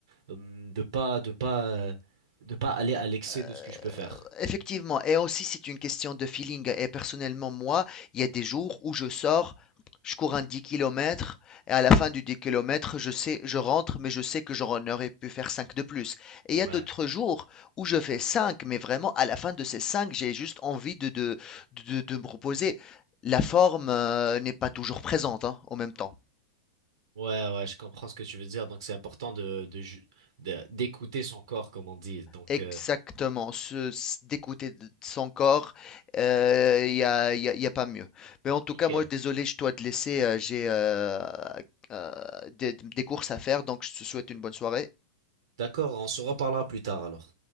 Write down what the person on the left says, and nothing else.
Euh,
Effectivement, et aussi c'est une question de feeling. Et personnellement, moi, il y a des jours où je sors, je cours un 10 kilomètres, et à la fin du 10 km, je sais, je rentre, mais je sais que j'en aurais pu faire 5 de plus. Et
il y a d'autres jours où je fais 5, mais vraiment à la fin de ces 5, j'ai juste envie de, de, de, de me reposer. La forme, euh, n'est pas toujours présente, hein, en même temps.
Exactement,
se s- d'écouter de de son corps, euh, il y a, y a- y a pas mieux. Mais en tout
cas, moi, désolé, je dois te laisser, euh, j'ai euh, euh, des, des courses à faire, donc je te souhaite une bonne soirée.